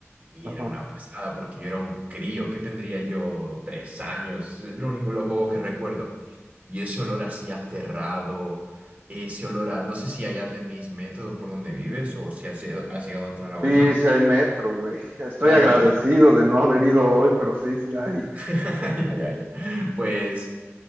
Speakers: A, on the right (about 35°); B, on the right (about 50°).
A: Y
B: ajá.
A: era una pasada porque yo era un crío, que tendría yo tres años, es lo único, lo poco que recuerdo. Y ese olor así a cerrado, ese olor a, no sé si allá tenéis método por donde vives o si has, has llegado a entrar a
B: Sí,
A: uno.
B: sí hay metro, güey. Estoy
A: Claro,
B: agradecido
A: pues,
B: de no haber ido hoy, pero sí, sí hay.
A: <laughs> ya, ya, ya. Pues